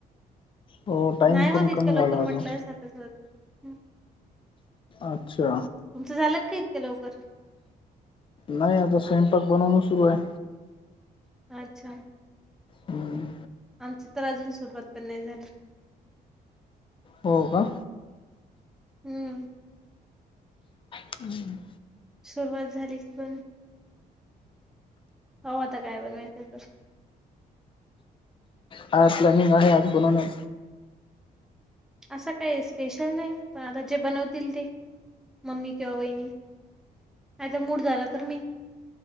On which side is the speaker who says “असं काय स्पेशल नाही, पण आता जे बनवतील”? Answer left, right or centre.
Centre